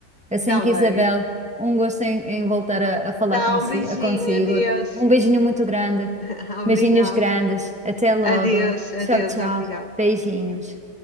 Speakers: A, in the centre; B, on the left.
A: Assim
B: Está
A: que
B: bem.
A: Isabel, um gosto em, em voltar a, a falar
B: Tá,
A: consi
B: um beijinho,
A: a consigo.
B: adeus.
A: Um beijinho muito grande,
B: <laughs> Obrigada.
A: beijinhos grandes. Até logo.
B: Adeus, adeus,
A: Tchau, tchau.
B: obrigada.
A: Beijinhos.